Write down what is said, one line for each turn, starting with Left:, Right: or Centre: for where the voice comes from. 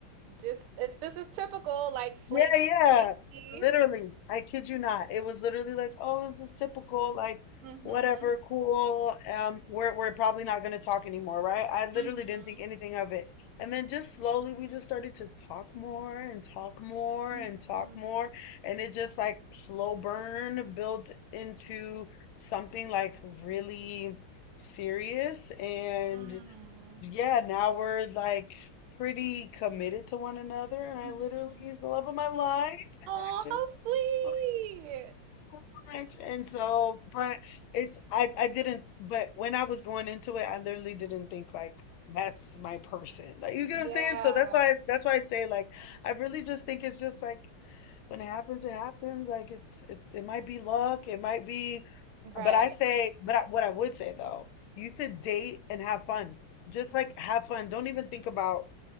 Right: just it's this is typical, like flaky,
Left: Yeah, yeah.
Right: flaky.
Left: Literally, I kid you not. It was literally like, oh, this is typical, like
Right: Mm-hmm.
Left: whatever, cool. Um, we're we're probably not gonna talk anymore, right? I literally
Right: Mm-hmm.
Left: didn't think anything of it. And then just slowly we just started to talk more and talk more
Right: Mm-hmm.
Left: and talk more. And it just like slow burn built into something like really serious. And
Right: Mm-hmm.
Left: yeah, now we're like pretty committed to one another, and I
Right: Mm-hmm.
Left: literally he's the love of my life, and
Right: Oh,
Left: I just
Right: how sweet.
Left: love him so much. And so, but it's I I didn't, but when I was going into it, I literally didn't think like that's my person. Like you get
Right: Yeah.
Left: what I'm saying? So that's why that's why I say like I really just think it's just like when it happens, it happens. Like it's it, it might be luck, it might be,
Right: Right.
Left: but I say, but I, what I would say though, you should date and have fun just like have fun. Don't even think about